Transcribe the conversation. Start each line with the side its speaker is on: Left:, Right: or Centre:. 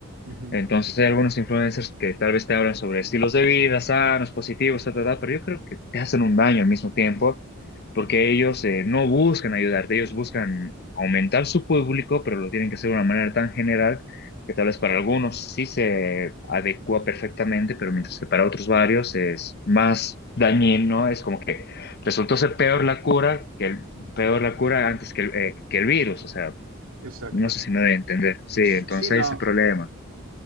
Right: ujú.
Left: Entonces hay algunos influencers que tal vez te hablan sobre estilos de vida sanos, positivos, ta, ta, ta, pero yo creo que te hacen un daño al mismo tiempo porque ellos eh, no buscan ayudarte, ellos buscan aumentar su público, pero lo tienen que hacer de una manera tan general que tal vez para algunos sí se adecua perfectamente, pero mientras que para otros varios es más dañino, ¿no? es como que resultó ser peor la cura que el, peor la cura antes que el, eh, que el virus, o sea,
Right: Exacto.
Left: no sé si me doy a entender. Sí,
Right: Sí,
Left: entonces
Right: sí, no.
Left: ese problema.